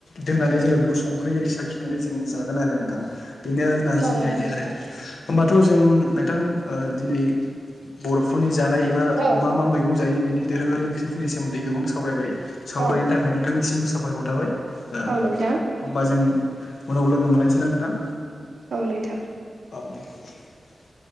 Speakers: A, on the left; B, on the right.
A: दोननानै जोङो बेखौ सं संख्रि एरि साखिनानै जों जागोन आरो नोंथां बेनो
B: औ
A: नारजिनि
B: नंगौ
A: आयदाया
B: नोंथां
A: आरो। होमबाथ' जों नोंथां ओ दिनै। बर'फोरनि जानाय एबा
B: औ
A: मा मा मैगं जायो बिनि दोरोङारि ओंख्रिफोरनि सोमोन्दै गोबां सावरायबाय सावरायनायनि
B: औ
A: थाखाय नोंथांनिसिम साबायखर थाबाय। ओ
B: औ नोंथां
A: अब्ला जों उनाव लोगो मोनलायनोसै ना नोंथां।
B: औ नोंथां।
A: <inaudible>